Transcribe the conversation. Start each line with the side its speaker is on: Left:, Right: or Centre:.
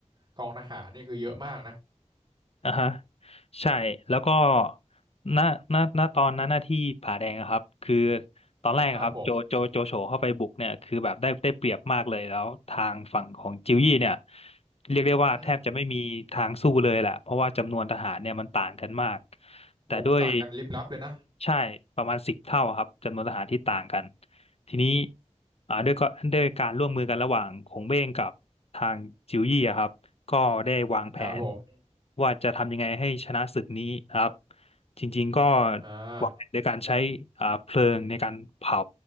Right: กองทหารนี่คือเยอะมากนะ
Left: อ่าฮะใช่แล้วก็ณณณตอนนั้นหน้าที่ผาแดงอะครับคือตอนแรกอะครับโจโจโจโฉเข้าไปบุกเนี่ยคือแบบได้ได้เปรียบมากเลยแล้วทางฝั่งของจิวยี่เนี่ย
Right: ครับผม
Left: เรียกได้ว่าแทบจะไม่มีทางสู้เลยแหละเพราะว่าจำนวนทหารเนี่ยมันต่างกันมาก
Right: อืม
Left: แต่ด้วย
Right: โหมันต่างกันลิบลับเลยนะ
Left: ใช่ประมาณสิบเท่าอะครับจำนวนทหารที่ต่างกัน ทีนี้อ่าด้วยก็ด้วยการร่วมมือกันระหว่างขงเบ้งกับทางจิวยี่อะครับก็ได้วางแผน
Right: ครับผม
Left: ว่าจะทำยังไงให้ชนะศึกนี้นะครับจริงๆก็
Right: อ่า
Left: วางแผนด้วยการใช้อ่าเพลิงในการเผา